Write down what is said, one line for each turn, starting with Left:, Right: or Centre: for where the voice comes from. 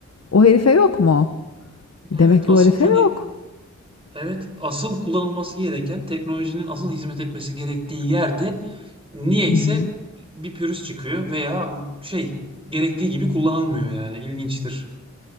Left: O herife yok mu? Demek
Right: Evet
Left: ki
Right: asıl
Left: o herife
Right: hani
Left: yok.
Right: evet asıl kullanılması gereken teknolojinin asıl hizmet etmesi gerektiği yerde niyeyse
Left: Hı hı.
Right: bir pürüz çıkıyor veya şey gerektiği gibi kullanılmıyor yani ilginçtir.